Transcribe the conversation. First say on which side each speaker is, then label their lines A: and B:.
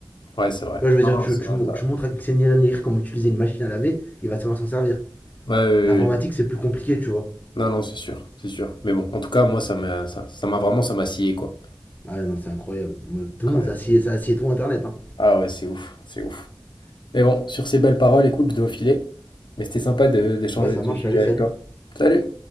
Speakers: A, on the left (about 70°); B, on the left (about 20°).
A: Ouais, c'est vrai.
B: Tu vois, je veux
A: Non,
B: dire,
A: non,
B: tu,
A: c'est
B: tu,
A: vrai, c'est vrai.
B: tu montres à Xenia Negri comment utiliser une machine à laver, il va savoir s'en servir.
A: Ouais, ouais, ouais,
B: L'informatique,
A: ouais.
B: c'est plus compliqué, tu vois.
A: Non, non, c'est sûr, c'est sûr. Mais bon, en tout cas, moi, ça m'a, ça, ça m'a vraiment, ça m'a scié, quoi.
B: Ah non, c'est incroyable. Tout
A: Incroyable.
B: le monde, ça assied, ça assied tout Internet. Hein.
A: Ah ouais, c'est ouf, c'est ouf. Mais bon, sur ces belles paroles, écoute, je dois filer. Mais c'était sympa de, d'échanger
B: Ouais, ça
A: de
B: marche,
A: ce sujet
B: allez, salut.
A: avec toi. Salut!